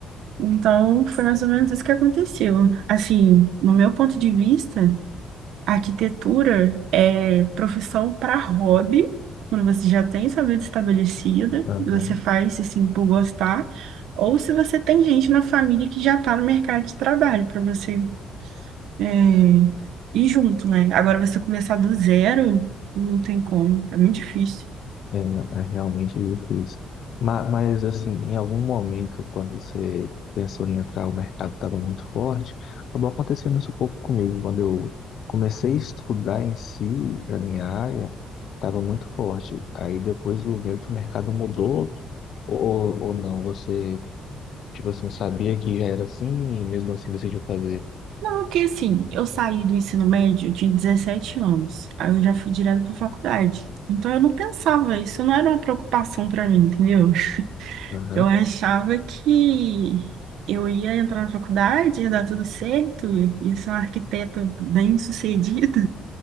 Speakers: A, on the right (about 80°); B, on the left (about 50°).
A: Então, foi mais ou menos isso que aconteceu. Assim, no meu ponto de vista, a arquitetura é profissão para hobby, quando você já tem sua vida estabelecida,
B: Aham.
A: você faz assim por gostar, ou se você tem gente na família que já está no mercado de trabalho, para você é, ir junto, né? Agora, você começar do zero, não tem como, é muito difícil.
B: É, não, é realmente difícil. Mas, mas assim, em algum momento, quando você pensou em entrar, o mercado estava muito forte. Acabou acontecendo isso um pouco comigo. Quando eu comecei a estudar em si, a minha área, estava muito forte. Aí depois o meio que o mercado mudou, ou, ou não? Você, tipo assim, sabia que era assim e mesmo assim decidiu fazer?
A: Porque assim, eu saí do ensino médio, eu tinha 17 anos. Aí eu já fui direto para faculdade. Então eu não pensava, isso não era uma preocupação para mim, entendeu?
B: Aham.
A: Eu achava que eu ia entrar na faculdade, ia dar tudo certo, ia ser uma arquiteta bem-sucedida.